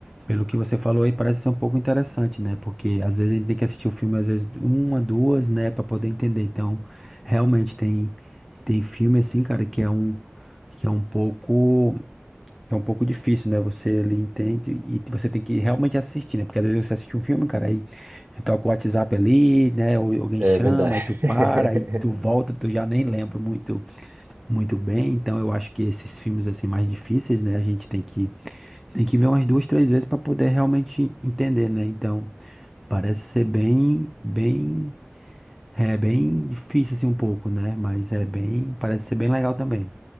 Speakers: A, in the centre; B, on the right.
A: pelo que você falou aí parece ser um pouco interessante, né? Porque às vezes a gente tem que assistir o filme às vezes uma, duas, né, Pra poder entender. Então, realmente tem tem filme assim, cara, que é um que é um pouco que é um pouco difícil, né? Você ele entende e você tem que realmente assistir, né? Porque às vezes você assiste um filme, cara, aí toca o WhatsApp ali, né? Ou alguém
B: É
A: chama,
B: verdade.
A: aí tu para,
B: <laughs>
A: aí tu volta, tu já nem lembra muito muito bem, então eu acho que esses filmes assim mais difíceis, né, a gente tem que tem que ver umas duas, três vezes para poder realmente entender, né? Então, parece ser bem bem é bem difícil assim um pouco, né? Mas é bem, parece ser bem legal também.